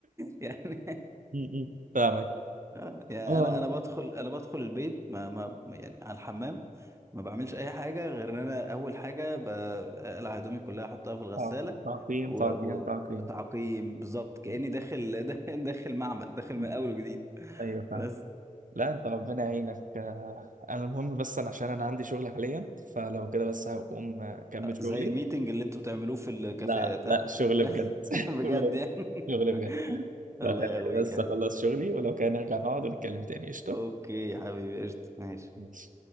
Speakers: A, on the right (about 20°); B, on the right (about 70°).
A: يعني
B: م- م. فاهمك
A: آه، يعني
B: اه
A: انا انا بدخل انا بدخل البيت ما ما ما- يعني على الحمام ما بعملش اي حاجه غير ان انا اول حاجه بقلع هدومي كلها احطها في الغساله
B: آه. تعقيم
A: و...
B: تعقيم
A: و...
B: تعقيم
A: تعقيم بالظبط كاني
B: م-
A: داخل <laughs> داخل معمل داخل
B: م.
A: من اول وجديد
B: ايوه فاهم
A: بس
B: لا انت ربنا يعينك آه، انا المهم بس انا عشان انا عندي شغل حاليا فلو كده بس هقوم آه، اكمل
A: آه،
B: شغلي
A: زي الميتنج اللي انتوا بتعملوه في الكافيهات
B: لا لا
A: ها
B: شغل
A: لا
B: بجد
A: <laughs>
B: <laughs>
A: بجد
B: شغل
A: يعني
B: بجد شغل بجد
A: <laughs>
B: فخليني
A: الله يقويك
B: بس
A: يا
B: اخلص
A: حبيبي
B: شغلي ولو كان نرجع نقعد ونتكلم تاني قشطة
A: اوكي يا حبيبي قشطه ماشي
B: ماشي